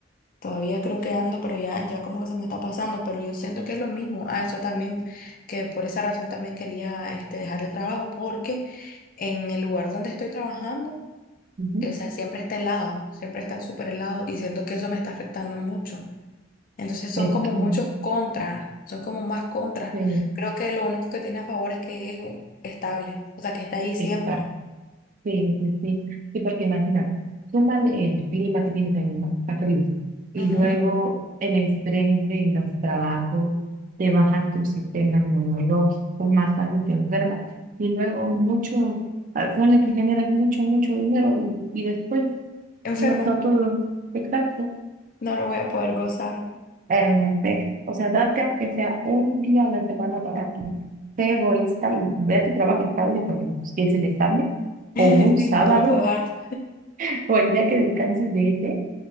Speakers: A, on the left (about 45°); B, on the right (about 45°).
A: Todavía creo que ando, pero ya, ya como que se me está pasando, pero yo siento que es lo mismo. Ah, eso también, que por esa razón también quería este, dejar el trabajo, porque en el lugar donde estoy trabajando,
B: ujú,
A: o sea, siempre está helado, siempre está súper helado y siento que eso me está afectando mucho. Entonces son
B: es
A: como
B: que,
A: muchos contras, son como más contras.
B: sí,
A: Creo que lo único que tiene a favor es que es estable, o sea, que está ahí siempre.
B: exacto, sí, sí, sí, sí, porque imagínate, súmale el clima que tienes ahí, ¿no? Que está frío, y
A: Ujú.
B: luego el estrés de los trabajos, te baja tu sistema inmunológico, más fácil te enfermas, y luego mucho, ah, ponle que generas mucho, mucho dinero, y, y después,
A: Enferma,
B: no, no todo, exacto,
A: no lo voy a poder gozar. <laughs>
B: En efecto, o sea, date aunque sea un día a la semana para ti. Sé egoísta y ve a tu trabajo estable, por ejemplo, si es el estable,
A: Sí,
B: o un sábado,
A: no lo puedo dejar.
B: <laughs> o el día que descanses de ese,